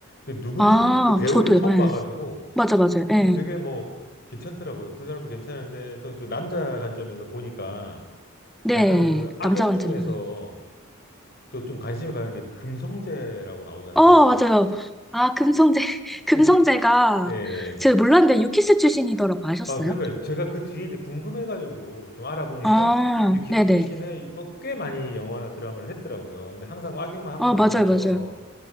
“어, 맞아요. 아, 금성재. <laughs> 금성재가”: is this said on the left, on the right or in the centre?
Centre